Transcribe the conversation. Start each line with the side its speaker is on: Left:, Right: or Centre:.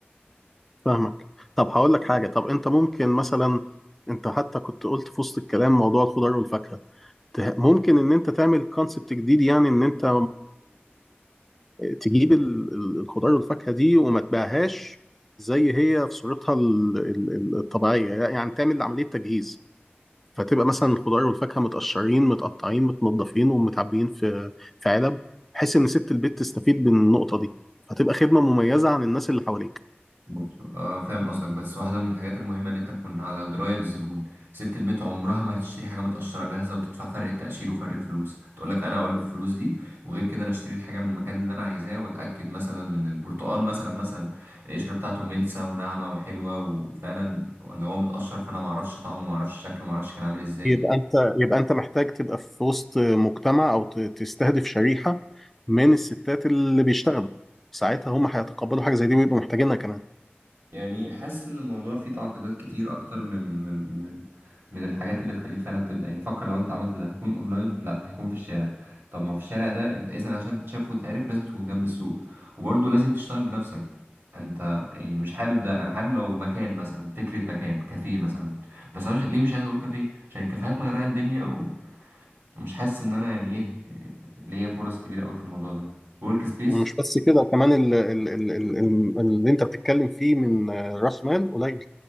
Centre: فاهمك طب هقول لك حاجة طب أنت ممكن مثلا أنت حتى كنت قلت في وسط الكلام موضوع الخضار والفاكهة ته- ممكن إن أنت تعمل كونسبت جديد يعني إن أنت تجيب ال- ال- الخضار والفاكهة دي وما تبيعهاش زي هي في صورتها ال- ال- ال- الطبيعية يعني تعمل عملية تجهيز فتبقى مثلا الخضار والفاكهة متقشرين متقطعين متنضفين ومتعبيين في في علب بحيث إن ست البيت تستفيد من النقطة دي فتبقى خدمة مميزة عن الناس اللي حواليك
Right: بص آه فاهم قصدك بس واحدة من الحاجات المهمة إن أنت تكون على دراية بالزبون ست البيت عمرها ما هتشتري حاجة متقشرة جاهزة وتدفع فرق التقشير وفرق الفلوس تقولك أنا أولى بالفلوس دي وغير كده أنا أشتري الحاجة من المكان اللي أنا عايزاه وأتأكد مثلا من البرتقال مثلا مثلا القشرة بتاعته ملسة وناعمة وحلوة وفعلا ولا هو متقشر فأنا معرفش طعمه معرفش شكله معرفش كان عامل إزاي
Centre: يبقى أنت يبقى أنت محتاج تبقى في وسط مجتمع أو ت- تستهدف شريحة من الستات اللي بيشتغلوا ساعتها هم هيتقبلوا حاجة زي دي ويبقوا محتاجينها كمان
Right: يعني حاسس ان الموضوع فيه تعقيدات كتير اكتر من من من من الحاجات اللي تخليك فعلا تبدا يعني فكر لو انت عملت ده هكون اونلاين لا هيكون في الشارع طب ما في الشارع ده انت اذا عشان تتشاف وتعرف لازم تكون جنب السوق وبرضه لازم تشتغل بنفسك انت يعني مش حابب ده انا حابب لو مكان مثلا فكره مكان كافيه مثلا بس انا مش ليه مش عايز اقول كافيه عشان الكافيهات مغرقه الدنيا و- ومش حاسس ان انا يعني ايه ليا فرص كبيره قوي في الموضوع ده ورك سبيس
Centre: ومش بس كده كمان ال- ال- ال- ال- ال- اللي انت بتتكلم فيه من آه، راس مال قليل